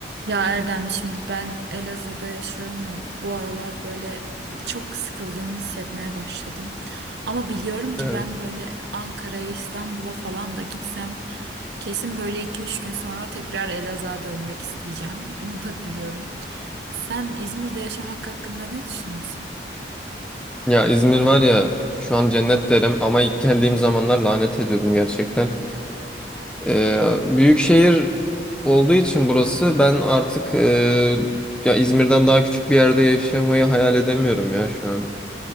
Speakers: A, on the right; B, in the centre.
A: Ya Erdem şimdi ben Elazığ'da yaşıyorum ya bu aralar böyle çok sıkıldığımı hissetmeye başladım. Ama biliyorum ki
B: Evet.
A: ben böyle Ankara'ya İstanbul'a falan da gitsem kesin böyle iki üç gün sonra tekrar Elazığ'a dönmek isteyeceğim. Bunu da biliyorum. Sen İzmir'de yaşamak hakkında ne düşünüyorsun?
B: Ya İzmir var ya şu an cennet derim ama ilk geldiğim zamanlar lanet ediyordum gerçekten. Ee, büyük şehir olduğu için burası ben artık e, ya İzmir'den daha küçük bir yerde yaşamayı hayal edemiyorum ya şu an.